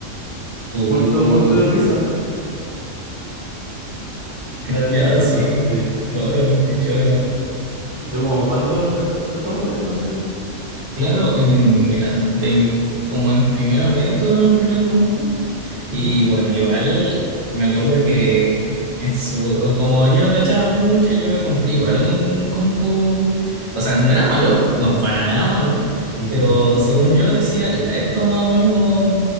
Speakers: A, on the right; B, on the left.
A: Uh,
B: Muerto, muerto de risa, estaba
A: ya,
B: chistoso,
A: sí.
B: sí.
A: Choro, qué choro.
B: ¿Y tú como cuándo saltaste a torre? No sé.
A: Claro, eh, mira, de, como en primero medio todo el primer compu. Y
B: Ujú,
A: bueno, igual me acuerdo que en su, como yo no cachaba mucho, yo me compré igual un compu. O sea, no era malo, no, para nada malo,
B: ujú.
A: pero según yo decía, ya, esto más o menos